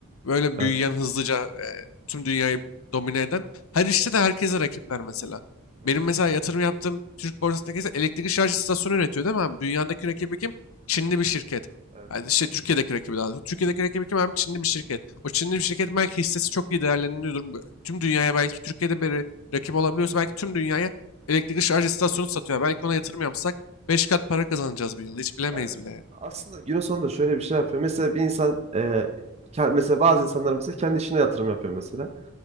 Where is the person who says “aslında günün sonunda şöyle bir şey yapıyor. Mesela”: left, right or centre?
Right